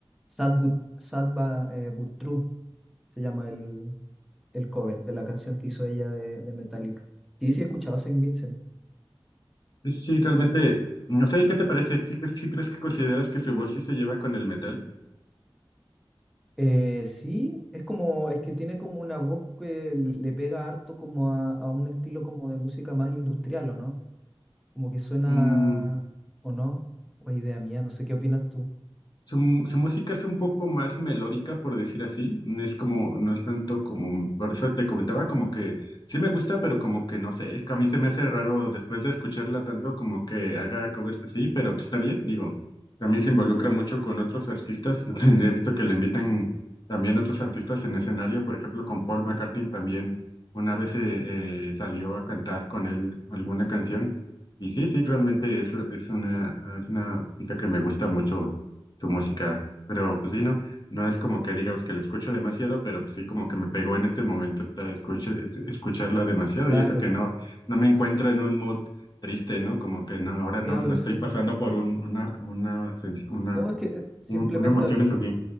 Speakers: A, in the centre; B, on the left.
A: Sad But, Sad Ba- eh, But True, se llama el, el cover de la canción que hizo ella de, de Metallica. Sí, sí, he escuchado Saint Vincent.
B: Sí, realmente, no sé, ¿qué te parece? ¿Sí, crees sí crees que consideras que su voz sí se lleva con el metal?
A: Eh, sí, es como, es que tiene como una voz que le, le pega harto como a, a un estilo como de música más industrial, ¿o no? Como que suena,
B: Mm,
A: ¿o no? O es idea mía, no sé qué opinas tú.
B: Su, mu- su música es un poco más melódica, por decir así. No es como, no es tanto como, por eso te comentaba, como que sí me gusta, pero como que no sé, a mí se me hace raro después de escucharla tanto como que haga covers así, pero pues está bien, digo, también se involucra mucho con otros artistas. <laughs> He visto que le invitan también otros artistas en escenario, por ejemplo, con Paul McCartney también una vez eh, eh, salió a cantar con él alguna canción. Y sí, sí, realmente es, es una, es una música que me gusta mucho su música. Pero pues sí, no, no es como que digamos que la escucho demasiado, pero pues sí como que me pegó en este momento esta escucha, escucharla demasiado
A: Claro,
B: y eso que no, no me encuentro en un mood triste, ¿no? Como que no, ahora no,
A: claro,
B: no estoy
A: sí.
B: pasando por un, una, una, sens- una,
A: No, es que eh, simplemente,
B: un- una emoción
A: a-
B: es así.